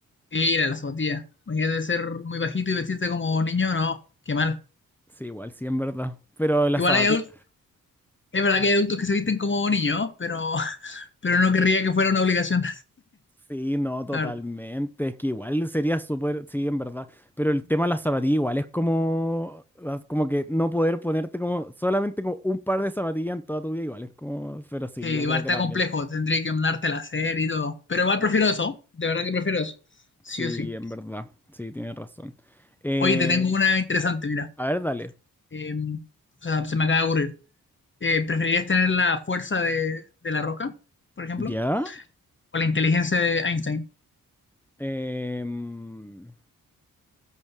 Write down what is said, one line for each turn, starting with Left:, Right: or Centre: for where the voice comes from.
Left: Mira, la zapatilla. Imagínate ser muy bajito y vestirte como niño, no, qué mal.
Centre: Sí, igual, sí, en verdad. Pero la
Left: Igual
Centre: zapatilla.
Left: hay adultos, es verdad que hay adultos que se visten como niños, pero, <laughs> pero no querría que fuera una obligación,
Centre: Sí, no, totalmente.
Left: <laughs> la verdad.
Centre: Es que igual sería súper. Sí, en verdad. Pero el tema de la zapatilla igual es como. ah, Como que no poder ponerte como. Solamente como un par de zapatillas en toda tu vida, igual. Es como. Pero sí,
Left: Sí, igual
Centre: yo creo
Left: está
Centre: que también.
Left: complejo, tendría que mandarte la serie y todo. Pero igual prefiero eso, de verdad que prefiero eso. Sí
Centre: Sí,
Left: o sí.
Centre: en verdad. Sí, tienes razón. Eh,
Left: Oye, te tengo una interesante, mira.
Centre: a ver, dale.
Left: Eh, o sea, se me acaba de ocurrir. Eh, ¿preferirías tener la fuerza de, de la roca, por ejemplo?
Centre: ¿Ya?
Left: ¿O la inteligencia de Einstein?
Centre: Em,